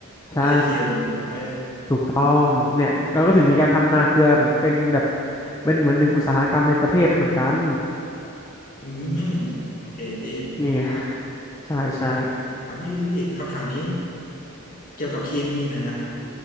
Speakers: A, on the left; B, on the left.
A: มันก็เลยเค็มเออ
B: ใช่ถูกต้องเนี่ยเราก็ถึงมีการทำนาเกลือแบบเป็นแบบเป็นเหมือนหนึ่งอุตสาหกรรมในประเทศด้วยเหมือนกัน
A: อืมโอเคพี่
B: นี่ไงใช่ใช่
A: อ่าอ่าพี่พี่พี่คำถามนี้เกี่ยวกับเคมีหน่อยนะ